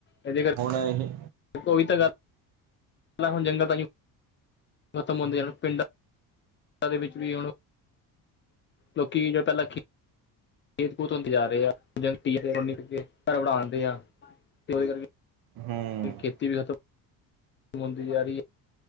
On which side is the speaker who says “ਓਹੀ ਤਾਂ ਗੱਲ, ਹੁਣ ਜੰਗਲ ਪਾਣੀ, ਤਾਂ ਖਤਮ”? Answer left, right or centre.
Left